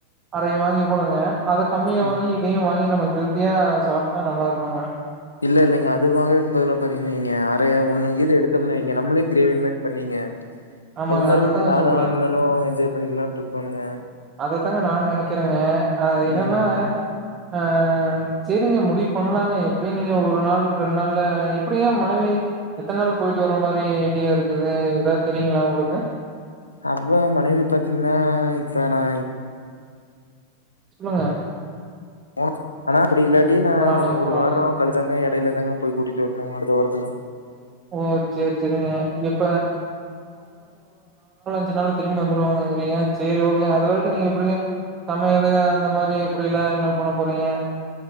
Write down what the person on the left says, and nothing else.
ம்
இல்ல இல்லைங்க அது வாங்கறதுக்கு பதிலா பாத்திங்ன ங்க அரை ஒன்னுங்கீது எடுத்தம்னு வெய்ங்க நம்மளே கிரேவி மாரி பண்ணிங்க
அது மாரி
வெச்சு நானு
அண்ணனு என்ஜாய் பண்ணிக்கலான்ட்டு இருக்கோனுங்க
ம்
அவ்வ மனைவி பாத்திங்னா இப்ப நா
ஓச் அனா அப்டி இல்லாட்டி நா
ஒரு
வார கழிச்தாங்க எ டையில தாங்க போய் கூட்டிட்டு வர்ணு அடுத்த வாரத்துல